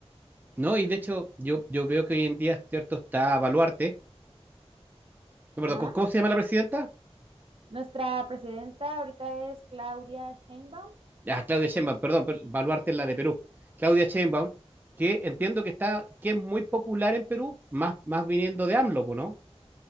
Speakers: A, on the right; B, on the right.
A: No, y de hecho yo, yo veo que hoy en día, cierto, está Baluarte. No,
B: Ajá.
A: perdón, ¿cómo, cómo se llama la presidenta?
B: Nuestra presidenta ahorita es Claudia Sheinbaum.
A: Ah, Claudia Sheinbaum, perdón, pero Baluarte es la de Perú. Claudia Sheinbaum, que entiendo que está, que es muy popular en Perú, más, más viniendo de AMLO, pues, ¿no?